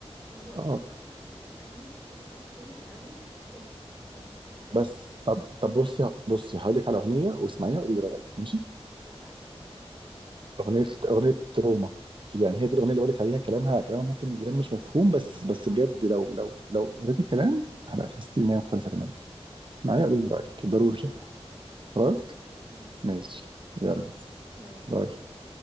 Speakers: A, in the centre; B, on the right.
A: ما بقولك
B: اه
A: بقى هي حسب الأغاني اللي بتطلع ترند قوي وب... يعني وبتتعب
B: بس طب طب بصي بصي هقول لك على اغنيه واسمعيها وقولي لي رايك ماشي
A: اتفقنا خلاص ماشي
B: اغنيه اغنيه روما يعني هي دي الاغنيه اللي بقول لك عليها كلامها كلامها ممكن يبان مش مفهوم بس بس
A: اه
B: بجد لو لو لو قريتي الكلام هلا هتحسي ان هي مختلفه تماما
A: ماشي
B: معايا
A: خلاص
B: قولي لي رايك ضروري
A: اتفقنا
B: خلاص
A: اتفقنا ماشي
B: ماشي يلا
A: يلا باي باي
B: باي